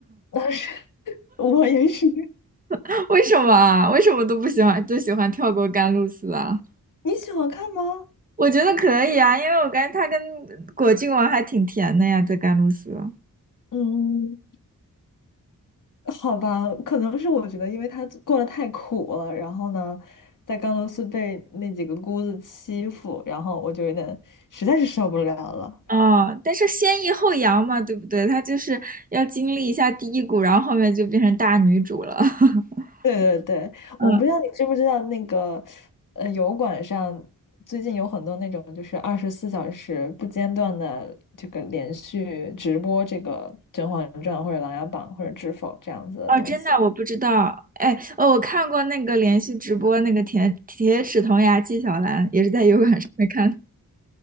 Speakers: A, on the left; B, on the right.
A: 但是我也是，
B: <laughs> 为什么啊？为什么都不喜欢，都喜欢跳过甘露寺啊？
A: 你喜欢看吗？
B: 我觉得可以啊，因为我感觉他跟果郡王还挺甜的呀，在甘露寺。
A: 嗯，好吧，可能是我觉得，因为他过得太苦了，然后呢，在甘露寺被那几个姑子欺负，然后我就有点实在是受不了了。
B: 哦，但是先抑后扬嘛，对不对？她就是要经历一下低谷，然后后面就变成大女主了。<laughs>
A: 对对对，
B: 嗯，
A: 我不知道你知不知道那个，呃，油管上最近有很多那种就是二十四小时不间断的这个连续直播这个《甄嬛传》或者《琅琊榜》或者《知否》这样子的东西。
B: 哦，真的，我不知道。哎，哦，我看过那个连续直播，那个铁铁齿铜牙纪晓岚，也是在油管上面看的